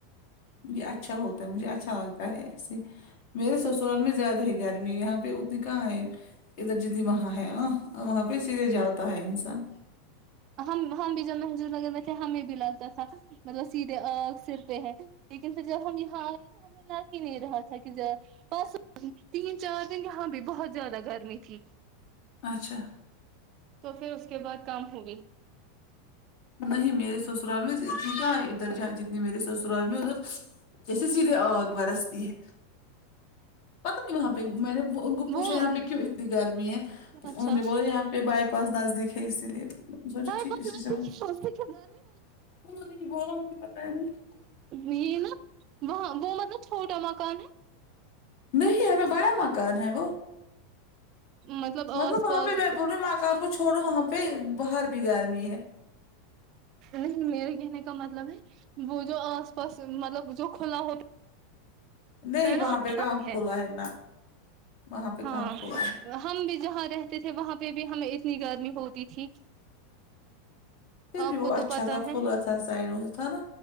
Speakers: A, on the left; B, on the right.
A: یے اچھا ہوتا ہے مجھے اچھا لگتا ہے ایسے میرے سسرال میں زیادہ ہے گرمی یہاں پے اتنی کہاں ہے ادھر جتنی وہاں ہے ہاں اور وہاں پے اسی لیے جاتا ہے انسان
B: ہم ہم بھی جب محدود نگر میں تھے ہمیں بھی لگتا تھا مطلب سیدھے آ سر پے ہے لیکن پھر جب ہم یہاں آئے نا ہمیں لاگ ہی نہیں رہا تھا کی بس تین چار دن یہاں بھی بہت زیادہ گرمی تھی
A: اچھا
B: تو پھر اس کے بعد کام ہو گئی
A: نہیں میرے سسرال میں اتنی کہاں ادھر جہاں جتنی میرے سسرال میں ادھر جیسے سیدھے آگ برستی ہے پتہ نہیں وہاں پہ میں نے وہ انکو پوچھا
B: وہ
A: یہاں پہ کیوں اتنی گرمی ہے
B: اچھا
A: انہوں نے بولا یہاں پہ بائی پاس نزدیک ہے اسی لیے
B: <unintelligible>
A: سوچا ٹھیک اسی سے <inaudible>
B: یہ نا وہاں وہ مطلب چھوٹا مکان ہے
A: نہیں ہمیں بڑا مکان ہے وہ
B: ہے آس
A: مطلب وہاں
B: پاس
A: پہ میں بولریوں ماکان کو چھوڑو وہاں پہ باہر بھی گرمی ہے
B: نہیں میرے کہنے کا مطلب ہے وہ جو آس پاس مطلب جو کھلا ہوتا
A: نہیں
B: ہے نا
A: وہاں
B: آس
A: پہ
B: پاس
A: گاؤں کھولا ہے نا وہاں پہ
B: ہاں
A: کہاں کھلا ہے
B: ہم بھی جہاں رہتے تھے وہاں پہ بھی ہمیں اتنی گرمی ہوتی تھی
A: پھر
B: آپ
A: بھی وہ
B: کو
A: اچھا
B: تو پتا
A: سا
B: ہے
A: کھلا سا سائڈ وہ تھا نا